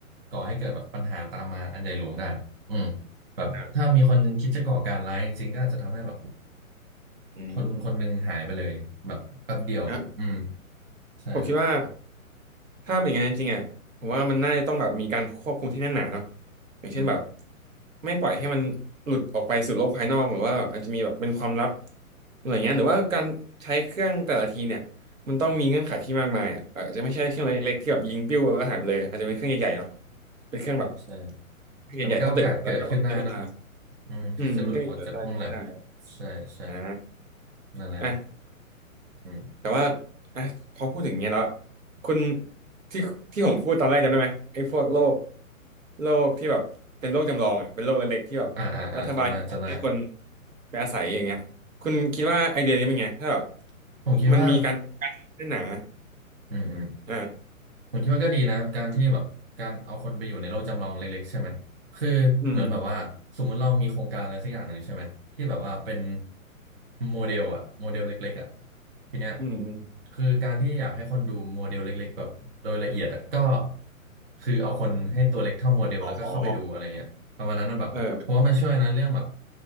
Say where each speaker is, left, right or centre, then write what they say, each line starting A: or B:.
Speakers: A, on the right; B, on the right.
A: ก่อให้เกิดแบบปัญหาตามมาอันใหญ่หลวงได้อืมแบบถ้ามีคนหนึงคิดจะก่อการร้ายจริงก็อาจจะทำให้แบบ
B: ครับอืม
A: คนคนหนึ่งหายไปเลยแบบแป๊บเดียวอืม
B: ครับ
A: ใช่
B: ผมคิดว่าถ้าเป็นอย่างนั้นจริงๆอ่ะผมว่ามันน่าจะต้องแบบมีการควบคุมที่แน่นหนาเนาะอย่างเช่นแบบ
A: อืม
B: ไม่ปล่อยให้มันหลุดออกไปสู่โลกภายนอกหรือว่าแบบอาจจะมีแบบเป็นความลับอะไรเงี้ยหรือว่าการใช้เครื่องแต่ละทีเนี่ยมันต้องมีเงื่อนไขที่มากมายอ่ะอาจจะไม่ใช่เครื่องเล็กๆที่แบบยิงปิ้วแล้วหายไปเลยอาจจะเป็นเครื่องใหญ่ๆเนาะเป็นเครื่องแบบ
A: ใช่ใช่
B: เครื่องใหญ่ๆเท่าตึกแล้วก็ต้องใช้เวลา
A: แต่มันก็โอกาสเกิดขึ้นได้เนอะอืมที่จะหลุดออกจากห้องแลบ
B: อืมก็มีเกิดได้นะใช่
A: ใช่ใช่
B: อ่า
A: นั่นแหละ
B: อ่ะ
A: อืม
B: แต่ว่าอ่ะพอพูดถึงอย่างเงี้ยแล้วคุณที่ที่ผมพูดตอนแรกจำได้ไหมไอ้พวกโรคโรคที่แบบเป็นโรคจำลองอ่ะเป็นโรคเล็กๆที่แบบรัฐบาลให้คน
A: อ่าอ่าอ่าจำได้จำได้
B: ไปอาศัยอย่างเงี้ยคุณคิดว่าไอเดียนี้เป็นไงถ้าแบบ
A: ผมคิดว่า
B: มันมีการกันนหนา
A: อืมอืม
B: อ่า
A: ผมคิดว่าก็ดีนะการที่แบบการเอาคนไปอยู่ในโลกจำลองเล็กๆใช่ไหมคือเหมือนแบบว่าสมมุติเรามีโครงการอะไรสักอย่างหนึ่งใช่ไหมที่แบบว่าเป็น
B: อืม
A: โมเดลอะโมเดลเล็กๆอะทีเนี้ย
B: อืมอม
A: คือการที่อยากให้คนดูโมเดลเล็กๆแบบโดยละเอียดอะก็คือเอาคนให้ตัวเล็กเท่าโมเดลแล้วก็เข้าไปดูอะไรเงี้ยประมาณนั้นนะแบบเพราะว่ามันช่วยนะเรื่องแบบ
B: อ๋อเออ